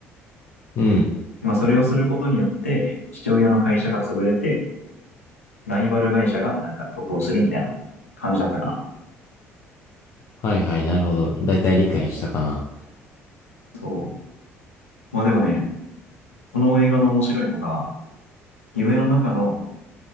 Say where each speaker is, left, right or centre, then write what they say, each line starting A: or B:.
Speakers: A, on the left; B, on the left.
A: うん。
B: まあ、それをすることによって父親の会社が潰れてライバル会社がなんか得をするみたいな感じだったかな。
A: はいはい。なるほど。だいたい理解したかな。
B: そう。まあでもね、この映画の面白いのが夢の中の